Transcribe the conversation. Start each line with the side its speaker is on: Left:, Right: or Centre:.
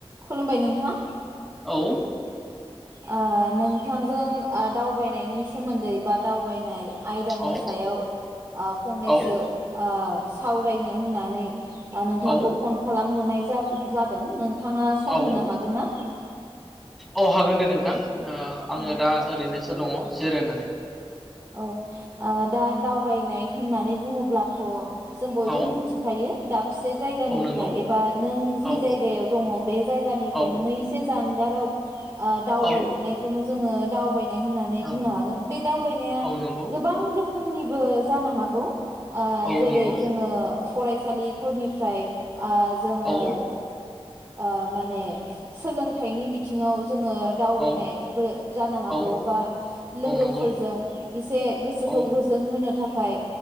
Right: <inaudible> खुलुमबाय नोंथां।
Centre: औ
Right: ओ नोंथांजों दावबायनायनि सोमोन्दै बा दावबायनाय आयदानि
Centre: औ
Right: सायाव ओ फंनैसो
Centre: औ
Right: ओ सावरायनो होननानै ओ नोंथांखौ
Centre: औ
Right: फन खालामहर नाय जा-जादों। थांङा सम
Centre: औ
Right: होनो हागोन ना?
Centre: औ हागोन दे नोंथां। ओ आङो
Right: ओ
Centre: दा ओरैनोसो दङ। जिरायनानै
Right: औ ओ दा दावबायनाय होननानै बुङोब्लाथ' जों बयबो
Centre: औ
Right: मोनथिखायो दाब से जायगानिफ्राय
Centre: औ नंगौ
Right: एबा नों जि
Centre: औ
Right: जायगायाव दङ बे जायगानिफ्राय
Centre: औ
Right: नोङो एसे जानगाराव दावबायहैनायखौनो
Centre: औ
Right: जा जोङो दाउ बायनाइ होननानै
Centre: औ
Right: बुंनो हागोन बे दाउ नाया
Centre: औ नंगौ
Right: गोबां रो रोखोमनिबो जानो हागौ
Centre: औ
Right: जेरै
Centre: नंगौ
Right: जोङो फरायसालिफोरनिफ्राय आ जोङो
Centre: औ
Right: आ माने सोलोंथाइनि बिथिङाव जोङो दावबायनायबो
Centre: औ
Right: जानो हागौ
Centre: औ
Right: बा लोगोफोरजों
Centre: औ नंगौ
Right: एसे गोसोखौ
Centre: औ
Right: गोजोन होनो थाखाय